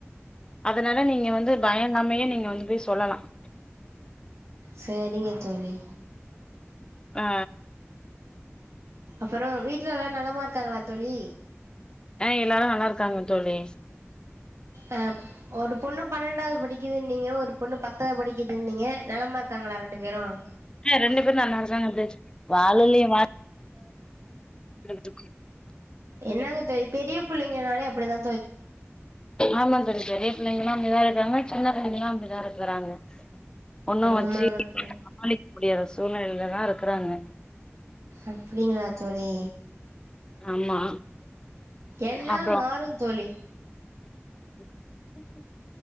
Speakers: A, on the left (about 20°); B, on the right (about 80°).
A: அதனால நீங்க வந்து பயங்காமையே நீங்க வந்து சொல்லாம்
B: செரிங்க தோழி
A: ஹா
B: அப்புறம் வீட்ல எல்லாம் நலமா இருக்காங்களா தோழி
A: ஆ எல்லாரு நல்லா இருக்காங்க தோழி
B: ஆ ஒரு பொண்ணு பன்னெண்டாவது படிக்குதுன்னீங்க ஒரு பொண்ணு பத்தாவது படிக்குதுன்னீங்க நலமா இருக்காங்களா ரெண்டு பேரும்
A: ஆ ரெண்டு பேரும் நாங்க அரசாங்கோ தேர்ச்சி வாழ எலைய வாத் <unintelligible> <unintelligible>
B: என்னங்க தெர்யு பெரிய புள்ளைங் என்னால அப்டிதா
A: ஆமா சார் பெரிய புள்ளைங்கல்லா மூவாயிரத் சின்னபுள்ளைங்களா அப்டிதா இருக்கிறாங்க ஒண்ண வச்சு
B: ஆமாங்க தோழி
A: <inaudible> சமாளிக்க முடியாத சூழ்நிலைலதா இருக்குறாங்க
B: அப்டிங்களா தோழி
A: ஆமா
B: எல்லா
A: அப்றோ
B: மாறுந் தோழி
A: <inaudible>